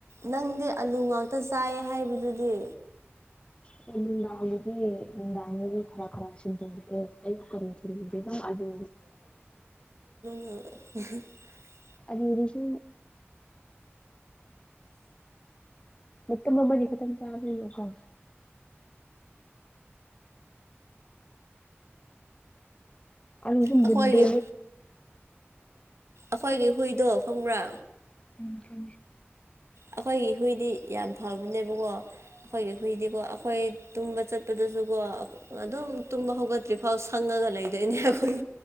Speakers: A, on the right; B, on the left.
A: ꯅꯪꯗꯤ ꯑꯂꯨ ꯉꯥꯛꯇ ꯆꯥꯏ ꯍꯥꯏꯕꯗꯨꯗꯤ
B: ꯗꯥꯗꯤꯥꯒꯤ ꯈꯔ ꯈꯔꯁꯤꯤꯟꯅ ꯇꯦ ꯑꯦꯂ ꯀꯔꯦ ꯝ ꯑꯗꯨ
A: ꯑꯣ
B: ꯑꯗꯁꯨꯁꯨ ꯃꯠꯇ ꯃꯃ ꯌꯦ ꯀꯇꯝ ꯆꯕ ꯎꯝ ꯑꯁꯨ
A: ꯑꯩꯈꯣꯏꯒꯤ
B: ꯃꯟꯗꯦ
A: ꯑꯩꯈꯣꯏꯒꯤ ꯍꯨꯏꯗꯣ ꯐꯪꯕ꯭ꯔꯥ
B: ꯎꯝ ꯊ
A: ꯑꯩꯈꯣꯏꯒꯤ ꯍꯨꯏꯗꯤ ꯌꯥꯝ ꯐꯕꯅꯦꯕꯀꯣ ꯑꯩꯈꯣꯏꯒꯤ ꯍꯨꯏꯗꯤꯀꯣ ꯑꯩꯈꯣꯏ ꯇꯨꯝꯕ ꯆꯠꯄꯗꯁꯨꯀꯣ ꯑꯗꯨꯝ ꯇꯨꯝꯕ ꯍꯧꯒꯠꯇ꯭ꯔꯤꯐꯥꯎ ꯁꯪꯉꯒ ꯂꯩꯗꯣꯏꯅꯦ ꯑꯩꯈꯣꯏ